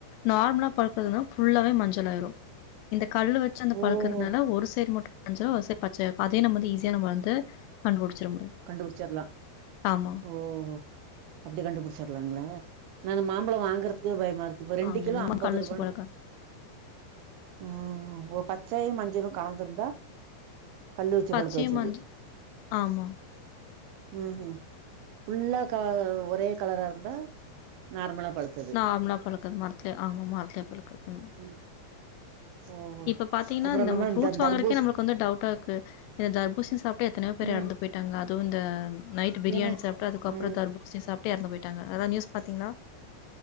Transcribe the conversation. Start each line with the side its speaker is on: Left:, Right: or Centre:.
Left: நார்மலா பழுக்கறதுன்னா ஃபுல்லாவே மஞ்சளாயிரு இந்த கல் வெச்சி அந்த
Right: ஓஹோ
Left: பழுக்கறதுனால ஒரு சைடு மட்டு கொஞ்சோ ஒரு சைட் பச்சயா இருக்கு அதையும் நம்ம வந்து ஈஸியா நம்ம வந்து கண்டுபிடிச்சிட முடியும்
Right: கண்டுபிடிச்சிர்லா
Left: ஆமா
Right: ஓ ஓ அப்டி கண்டுபுடிச்சிர்லாங்ளா நானு மாம்பழோ வாங்கறதுக்கே பயமா இருக்கு இப்போ ரெண்டு
Left: அங்க
Right: கிலோ ஐம்பது
Left: கள்ளச்சு
Right: ரூபான்
Left: பழக்கம்
Right: ம் ஓ பச்சாயும் மஞ்சளும் கலந்திருந்தா கல்லு வச்சு
Left: பச்சையு
Right: பழுக்க வச்சது
Left: மஞ்சள் ஆமா
Right: ம் ம் ஃபுல்லா க ஒரே கலரா இருந்தா நார்மலா பழுத்
Left: நார்மலா பழுத்தது மரத்துலே ஆமா மரத்துலே பழுக்கறது
Right: ம். ஓஹோ
Left: இப்ப பாத்தீங்கன்னா
Right: அப்புறோ
Left: இந்த ந
Right: மாரி
Left: ஃப்ரூட்ஸ் வாங்குறக்கே
Right: தர்பூஸ்
Left: நமளுக்கு வந்து டவுட்டா இருக்கு இந்த தர்பூசணி சாப்டே எத்தனையோ பேர்
Right: ம்
Left: எறந்து போயிட் டாங்க அதுவு இந்த நைட் பிரியாணி
Right: ஏன்னா
Left: சாப்ட்டு அதுக்கப்றோ
Right: ஆ
Left: தர்பூசணி சாப்ட்டு எறந்து போயிட்டாங்க அதா நியூஸ் பாத்தீங்ளா